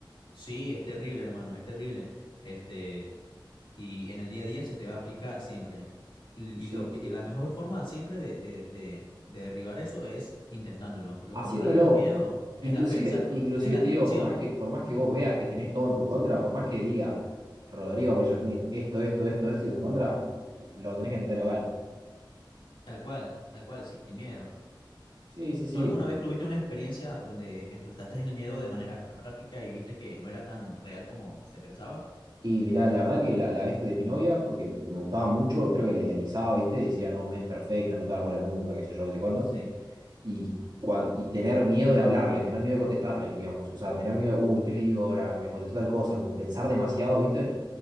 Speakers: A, on the left; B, on the right.
A: Sí, es terrible, hermano, es terrible. Este, y en el día a día se te va a aplicar siempre. Y,
B: Sí,
A: y lo que,
B: sí.
A: y la mejor forma siempre de, de, de, de derribar eso es intentándolo. Lo
B: haciéndolo.
A: contrario del miedo es
B: Inclusive,
A: la fe, exacto.
B: inclusive
A: Es la
B: te digo,
A: acción,
B: por más que, por más que vos veas que tenés todo en tu contra, por más que diga Rodrigo Amarillo tiene esto, esto, esto, esto en su contra, lo tenés que intentar igual.
A: tal cual, tal cual, sin miedo.
B: Sí, sí, sí.
A: ¿Tú alguna vez tuviste una experiencia donde enfrentaste el miedo de manera práctica y viste que no era tan real como se pensaba?
B: Y mirá, la verdad que la, la vez que de mi novia, porque me gustaba mucho, creo que la idealizaba, ¿viste? Y decía, no, mira, es perfecta, no te va a dar bola nunca, qué sé yo, qué sé cuánto.
A: Sí,
B: Y, cuan- y tener miedo de hablarle, tener miedo de contestarle, digamos. O sea, tener miedo, uy, ¿qué le digo ahora? Me contestó tal cosa, como pensar demasiado, ¿viste?